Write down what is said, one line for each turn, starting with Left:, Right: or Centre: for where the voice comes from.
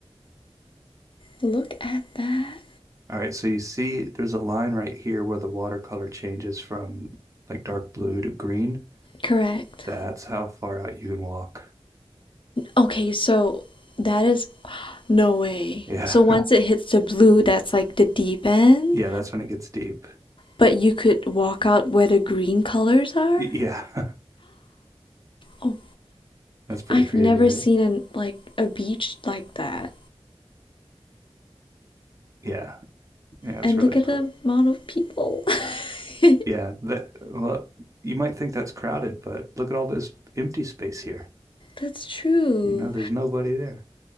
Left: Look at that.
Right: all right, so you see there's a line right here where the watercolor changes from like dark blue to green.
Left: Correct.
Right: That's how far out you can walk.
Left: Okay, so that is no way.
Right: Yeah.
Left: So once
Right: <laughs>
Left: it hits the blue, that's like the deep end?
Right: yeah, that's when it gets deep.
Left: But you could walk out where the green colors are?
Right: Y- Yeah,
Left: <gasps> oh,
Right: <laughs> that's pretty
Left: I've
Right: crazy,
Left: never
Right: right?
Left: seen an like a beach like that.
Right: Yeah, yeah, it's
Left: And
Right: really
Left: look at
Right: cool.
Left: the amount of people. <laughs>
Right: Yeah, that well, you might think that's crowded, but look at all this empty space here.
Left: That's true.
Right: You know, there's nobody there.